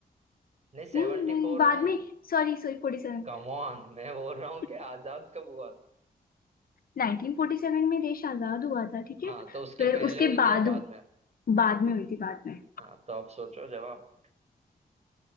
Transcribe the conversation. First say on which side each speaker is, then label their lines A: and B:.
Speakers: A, on the right; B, on the left.
A: नहीं सेवेंटी
B: नहीं नहीं
A: फोर
B: बाद
A: नहीं
B: में Sorry sorry forty seven
A: कम ऑन मैं बोल रहा
B: <laughs>
A: हूँ कि आजाद कब हुआ
B: Nineteen forty seven <laughs> में देश आजाद हुआ था ठीक
A: हाँ
B: है
A: तो उसके
B: फिर
A: पहले
B: उसके
A: हुई
B: बाद
A: थी या बाद में
B: बाद में हुई थी बाद में
A: हाँ तो आप सोचो जवाब